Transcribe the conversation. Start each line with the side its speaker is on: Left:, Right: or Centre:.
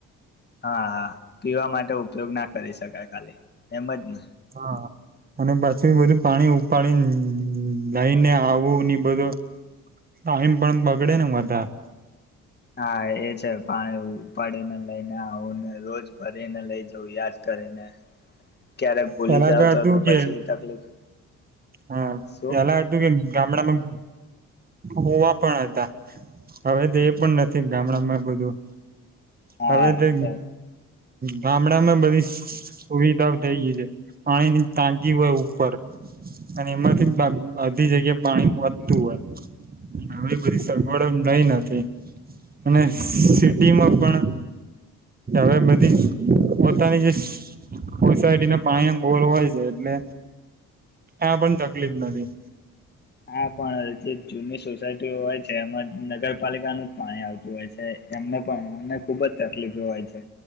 Left: હા હા પીવા માટે ઉપયોગ ના કરી શકાય ખાલી એમ જ ને
Right: હા અને પછી બધું પાણી ઉપાડીને લઈને આવુંની બધો ટાઈમ પણ બગડે ને વધારે
Left: હા એ છે પાણી ઉપાડીને લઈને આવુંને રોજ ભરીને લઈ જવુ યાદ કરીને ક્યારેક ભૂલી
Right: પેલા
Left: જાવ તો
Right: હતું
Left: તો
Right: કે
Left: પછી તકલીફ
Right: હા
Left: શું
Right: પેલા હતુ કે ગામડામા કુવા પણ હતા હવે તો એ પણ નથી ગામડામાં બધું
Left: હા
Right: હવે તો
Left: હા
Right: ગામડામાં બધી સુવિધાઓ થઈ ગય છે પાણીની ટાકી હોય ઉપર અને એમાંથી બધી જગ્યાએ પાણી પોચતું હોય હવે બધી સગવડ નઈ અને સિટીમાં પણ હવે બધી પોતાની જે સોસાયટીને પાણી બોર હોય છે એટલે આપ પણ તકલીફ નથી.
Left: હા પણ જે <unintelligible> એમાં નગરપાલિકા નુ પાણી આવતું હોય છે એમને પણ એમને ખુબ જ તકલીફ હોય છે